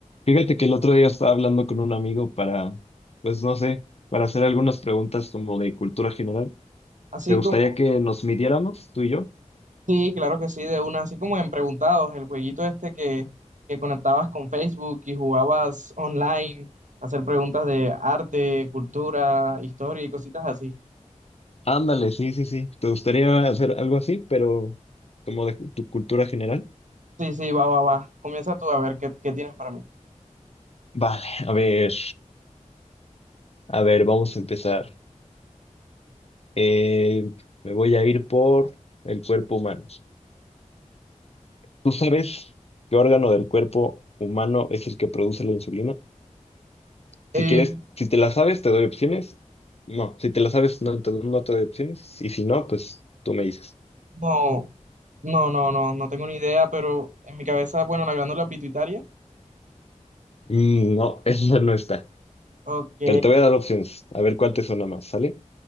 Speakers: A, on the left; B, on the right.
A: Fíjate que el otro día estaba hablando con un amigo para, pues no sé, para hacer algunas preguntas como de cultura general.
B: Así
A: ¿Te gustaría
B: como,
A: que nos midiéramos, tú y yo?
B: sí, claro que sí, de una, así como en Preguntados, el jueguito este que, que conectabas con Facebook y jugabas online, hacer preguntas de arte, cultura, historia y cositas así.
A: Ándale, sí, sí, sí. ¿Te gustaría hacer algo así, pero como de cu- tu cultura general?
B: Sí, sí, va, va, va. Comienza tú a ver qué, qué tienes para mí.
A: Vale, a ver, a ver, vamos a empezar. Eh, me voy a ir por el cuerpo humano. ¿Tú sabes qué órgano del cuerpo humano es el que produce la insulina? Si
B: Eh,
A: quieres, si te la sabes, te doy opciones. No, si te la sabes, no te, no te doy opciones. Y si no, pues tú me dices.
B: no, no, no, no, no tengo ni idea, pero en mi cabeza, bueno, la glándula pituitaria.
A: Mm, No, <laughs> esa no está.
B: Ok,
A: Pero te voy a dar opciones. A ver cuál te suena más, ¿sale?